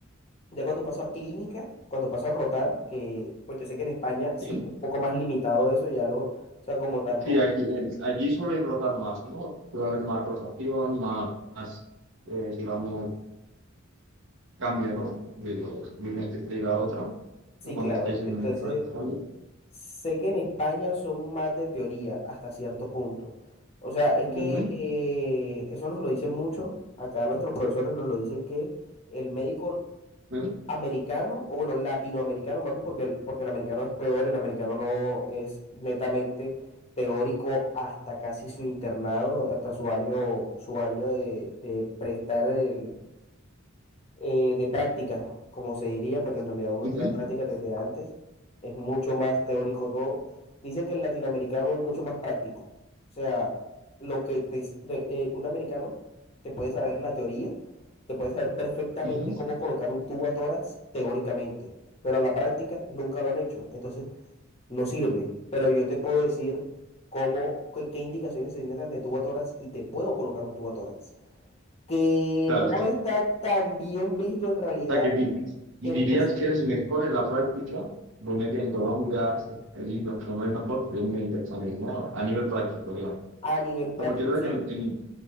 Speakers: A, on the left (about 30°); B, on the right (about 65°).
A: Ya cuando paso a clínica, cuando paso a rotar, que pues yo sé que en España sí
B: ¿sí?
A: es un poco más limitado eso, ya lo, o sea, como tal,
B: Sí,
A: como,
B: aquí, en- allí suele rotar más, ¿no? Puede haber más rotación, más, más, eh, digamos, cambio, ¿no? De, los- de una especialidad a otra,
A: sí,
B: o cuando
A: claro.
B: estáis en
A: Entonces,
B: un practicando.
A: sé que en España son más de teoría hasta cierto punto. O sea, es
B: Ujú,
A: que eh, eso nos lo dicen mucho, acá nuestros profesores nos lo dicen que el médico
B: ujú,
A: americano, o bueno, latinoamericano más bien, porque el, porque el americano es peor, el americano no es netamente teórico hasta casi su internado, hasta su año, su año de, de prestar el, eh, de práctica, como se diría, pero en realidad uno
B: ujú,
A: está de práctica desde antes. Es mucho más teórico todo. Dicen que el latinoamericano es mucho más práctico. O sea, lo que te, s- de- eh, un americano te puede saber la teoría, te puede saber perfectamente
B: ujú.
A: cómo colocar un tubo a tórax teóricamente, pero a la práctica nunca lo han hecho. Entonces, no sirve. Pero yo te puedo decir cómo, qué, qué indicaciones se necesitan de tubo a tórax y te puedo colocar un tubo a tórax que
B: Claro,
A: no está tan bien visto en realidad,
B: sea, que di- dirías
A: en especial
B: que eres mejor en la práctica, un médico en Colombia, ahí los promedios mejor que un médico también, ¿no? A nivel práctico, digamos.
A: a nivel práctico.
B: O sea, Porque es verdad
A: Sí,
B: que en, en,